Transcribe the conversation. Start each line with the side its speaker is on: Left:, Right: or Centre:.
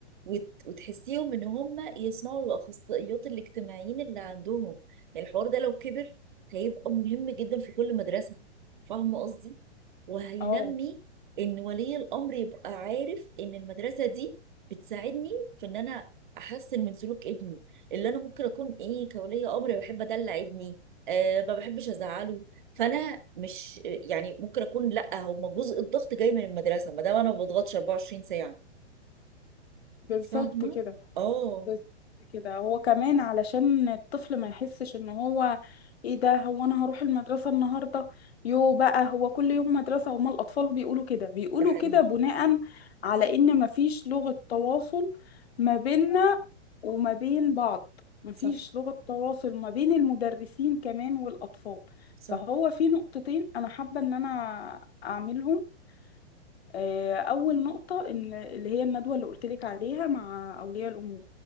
Right: وت... وتحسيهم ان هم يسمعوا الاخصائيات الاجتماعيين اللي عندهم يعني الحوار ده لو كبر هيبقى مهم جدا في كل مدرسه فاهمه قصدي وهينمي
Left: اه
Right: ان ولي الامر يبقى عارف ان المدرسه دي بتساعدني في ان انا احسن من سلوك ابني اللي انا ممكن اكون ايه كولي امر بحب ادلع ابني أه ما بحبش ازعله فانا مش يعني ممكن اكون لا هم جزء الضغط جاي من المدرسه ما دام انا ما بضغطش 24 ساعه
Left: بالظبط
Right: فاهمه
Left: كده
Right: اه
Left: بس كده هو كمان علشان الطفل ما يحسش ان هو ايه ده هو انا هروح المدرسة النهاردة يو بقى هو كل يوم مدرسة هما الاطفال بيقولوا كده بيقولوا
Right: ده حقيقي
Left: كده بناء على ان مفيش لغة تواصل ما بيننا وما بين بعض مفيش
Right: صح
Left: لغة تواصل ما بين المدرسين كمان والاطفال
Right: صح
Left: فهو في نقطتين انا حابة ان انا اعملهم آه، اول نقطة ان اللي هي الندوة اللي قلت لك عليها مع اولياء الامور